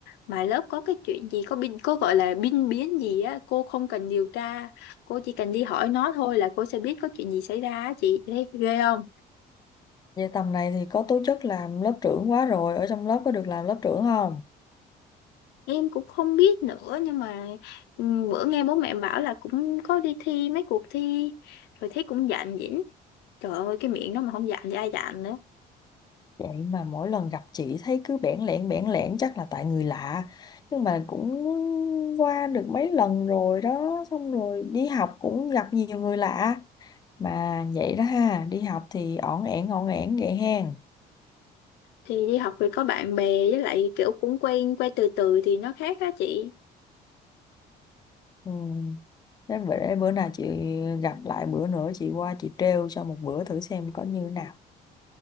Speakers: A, on the left; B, on the left.
A: Mà lớp có cái chuyện gì, có bin, có gọi là binh biến gì á, cô không cần điều tra. Cô chỉ cần đi hỏi nó thôi là cô sẽ biết có chuyện gì xảy ra á chị. Chị thấy ghê không?
B: Vậy tầm này thì có tố chất làm lớp trưởng quá rồi, ở trong lớp có được làm lớp trưởng không?
A: Em cũng không biết nữa, nhưng mà ừ, bữa nghe bố mẹ bảo là cũng có đi thi mấy cuộc thi, rồi thấy cũng dạn dĩnh. Trời ơi, cái miệng nó mà không dạn thì ai dạn nữa.
B: Vậy mà mỗi lần gặp chị thấy cứ bẽn lẽn bẽn lẽn chắc là tại người lạ. Nhưng mà cũng qua được mấy lần rồi đó, xong rồi đi học cũng gặp nhiều người lạ. Mà vậy đó ha, đi học thì ổn ẻn ổn ẻn vậy hen.
A: Thì đi học thì có bạn bè với lại kiểu cũng quen, quen từ từ thì nó khác á chị.
B: Ừ. Thế bữa, bữa nào chị gặp lại bữa nữa chị qua chị trêu cho một bữa thử xem có như nào.